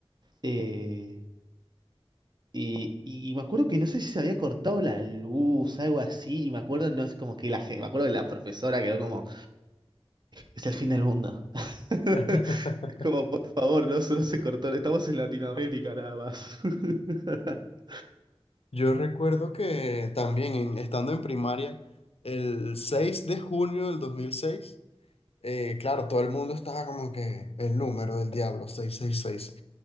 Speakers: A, on the right (about 45°); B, on the left (about 75°).
A: eh, y, y me acuerdo que no sé si se había cortado la luz, algo así, y me acuerdo, no es como que la, gen- me acuerdo que la profesora quedó como, es el fin del mundo. <laughs>
B: <laughs>
A: Como, por favor, no solo se cortó. Estamos en Latinoamérica nada más. <laughs>
B: Yo recuerdo que también en- estando en primaria, el 6 de junio del 2006, eh, claro, todo el mundo estaba como que el número del diablo, 666.